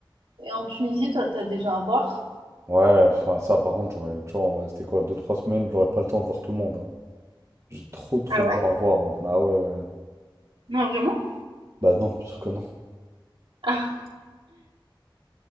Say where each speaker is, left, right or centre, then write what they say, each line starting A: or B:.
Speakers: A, on the right; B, on the right.
A: Et en Tunisie, toi, t'as déjà à voir
B: ouais, enfin, ça, par contre, j'aurais, tu vois, on va rester quoi, deux, trois semaines, j'aurais pas le temps de voir tout le monde. hein. J'ai trop, trop
A: Ah ouais?
B: de gens à voir. hein. Ah ouais, ouais.
A: Non, vraiment?
B: Bah non, bien sûr que non.
A: Ah,